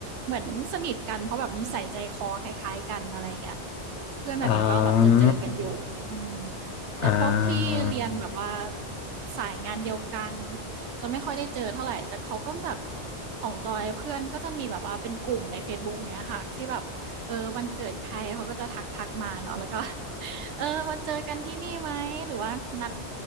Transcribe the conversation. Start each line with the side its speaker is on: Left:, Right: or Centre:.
Right: เหมือนสนิทกันเพราะแบบนิสัยใจคอคล้ายๆกันอะไรอย่างเงี้ย
Left: <laughs>
Right: เพื่อนแบบนี้ก็แบบจะเจอกันอยู่อืม
Left: อ่า
Right: แต่พวกที่เรียนแบบว่า
Left: อ่า
Right: สายงานเดียวกันจะไม่ค่อยได้เจอเท่าไหร่ แต่เขาก็แบบของจอยเพื่อนก็จะมีแบบว่าเป็นกลุ่มใน Facebook อย่างเงี้ยค่ะที่แบบเออวันเกิดใครเขาก็จะทักทักมาเนาะแล้วก็ <laughs> เออมาเจอกันที่นี่ไหมหรือว่านัด